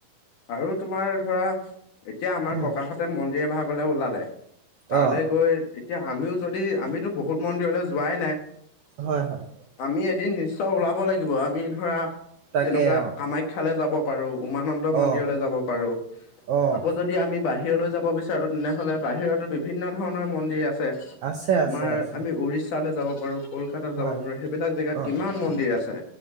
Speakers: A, on the left; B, on the right.
A: আৰু তোমাৰ ধৰা এতিয়া আমাৰ
B: উম,
A: ককাহঁতে মন্দিৰ এভাগলে ওলালে তালে
B: অ',
A: গৈ এতিয়া আমিও যদি আমিতো বহুত মন্দিৰলৈ যোৱাই নাই
B: হয় হয়
A: আমি এদিন নিশ্চয় ওলাব লাগিব আমি ধৰা
B: তাকে
A: তেনেকুৱা
B: অ',
A: কামাইক শিক্ষালৈ যাব পাৰো উমানন্দ মন্দিৰলৈ
B: অ',
A: যাব পাৰো,
B: অ',
A: আকৌ যদি- যদি আমি বাহিৰলৈ যাব বিচাৰো তেনেহ'লে বাহিৰতো বিভিন্ন ধৰণৰ মন্দিৰ আছে।
B: আছে,
A: তোমাৰ
B: আছে, আছে
A: আমি উৰিষ্যালৈ যাব পাৰো। কলকাত যাব
B: হয়,
A: পাৰো সেইবিলাক জেগাত
B: অ',
A: কিমান মন্দিৰ আছে।